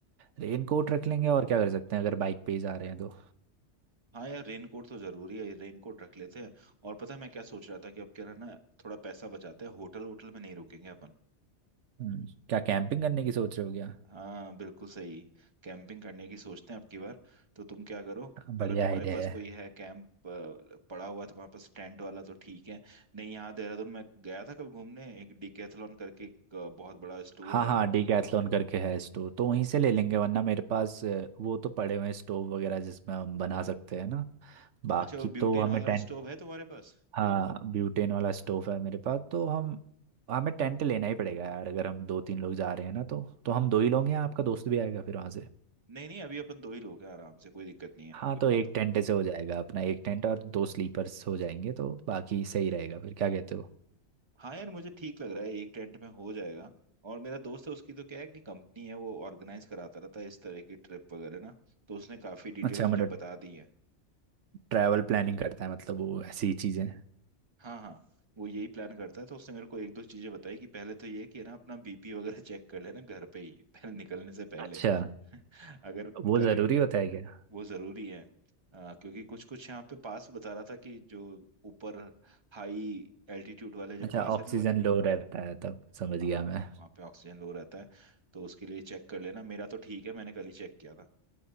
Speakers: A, on the right; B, on the right.
A: रेन कोट रख लेंगे और क्या कर सकते हैं अगर बाइक पे ही जा रहे हैं तो
B: हाँ यार रेनकोट तो जरूरी है रेनकोट रख लेते हैं और पता है मैं क्या सोच रहा था कि अब क्या रहना थोड़ा पैसा बचाते हैं होटल होटल में नहीं रुकेंगे अपन
A: हम्म, क्या कैंपिंग करने की सोच रहे हो क्या
B: हाँ बिल्कुल सही कैंपिंग करने की सोचते हैं अब की बार तो तुम क्या करो
A: बढ़िया
B: अगर तुम्हारे
A: आइडिया
B: पास
A: है
B: कोई है कैंप पड़ा हुआ है तुम्हारे पास टेंट वाला तो ठीक है नहीं यहाँ देहरादून में गया था कल घूमने एक डिकैथलॉन करके एक अ, बहुत बड़ा स्टोर
A: हाँ
B: है
A: हाँ डीकैथलॉन करके है स्टोव तो वहीं से ले लेंगे वरना मेरे पास अ, वो तो पड़े हुए हैं स्टोव वगैरह जिसमें हम बना सकते हैं ना बाकी
B: अच्छा वो
A: तो
B: ब्यूटेन
A: हमें
B: वाला
A: टेंट
B: स्टोव है तुम्हारे पास
A: हाँ ब्यूटेन वाला स्टोव है मेरे पास तो हम हमें टेंट लेना ही पड़ेगा यार अगर हम दो तीन लोग जा रहे हैं ना तो तो हम दो ही लोग हैं आपका दोस्त भी आएगा फिर वहाँ से
B: नहीं नहीं अभी अपन दो ही लोग हैं आराम से कोई दिक्कत नहीं है
A: हाँ तो
B: आप
A: एक टेंट से हो जाएगा अपना एक टेंट और दो स्लीपर्स हो जाएंगे तो बाकी सही रहेगा फिर क्या कहते हो
B: हाँ यार मुझे ठीक लग रहा है एक टेंट में हो जाएगा और मेरा दोस्त है उसकी तो क्या है कि कंपनी है वो ऑर्गेनाइज कराता रहता है इस तरह की ट्रिप वगैरह ना तो उसने काफी डिटेल
A: अच्छा
B: मुझे
A: मतलब
B: बता दी है
A: ट्रैवल प्लानिंग करता है मतलब वो ऐसी ही चीज़ें
B: हाँ हाँ वो यही प्लान करता है तो उसने मेरे को एक दो चीजें बताई कि पहले तो ये कि ना अपना बीपी वगैरह <laughs> चेक कर लेना घर पे ही पहले निकलने से पहले
A: अच्छा
B: <laughs> अगर
A: वो
B: कभी
A: ज़रूरी होता है क्या
B: वो जरूरी है अ, क्योंकि कुछ कुछ यहाँ पे पास बता रहा था कि जो ऊपर हाई एल्टीट्यूड वाले जो
A: अच्छा
B: पास
A: ऑक्सीजन
B: है ना
A: लो रहता है तब समझ
B: हाँ
A: गया मैं
B: वहाँ पे ऑक्सीजन लो रहता है तो उसके लिए चेक कर लेना मेरा तो ठीक है मैंने कल ही चेक किया था